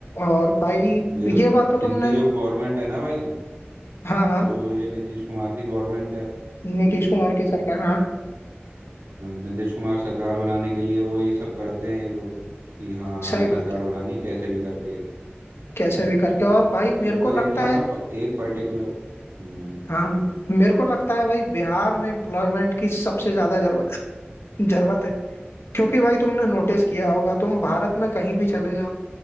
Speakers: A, on the left (about 80°); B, on the right (about 80°).
A: और भाई
B: ये जो
A: ये बात तो
B: इनकी
A: तुमने
B: जो गवर्नमेंट है ना भाई
A: हाँ हाँ
B: जो ये नीतीश कुमार की गवर्नमेंट है
A: नीतीश कुमार की सरकार हाँ
B: न- नीतीश कुमार सरकार बनाने के लिए वो ही सब करते हैं ये लोग कि हाँ
A: सही
B: हमें
A: बात
B: सरकार
A: है
B: बनानी है कैसे भी करके
A: कैसे भी करके और भाई
B: तो
A: मेरे
B: जब
A: को
B: तक
A: लगता
B: इनके यहाँ
A: है
B: ना प- एक पर्टिकुलर हम्म
A: हाँ मेरे को लगता है भाई बिहार में एम्प्लॉयमेंट की सबसे ज्यादा जरूरत जरूरत है क्योंकि भाई तुमने नोटिस किया होगा तुम भारत में कहीं भी चले जाओ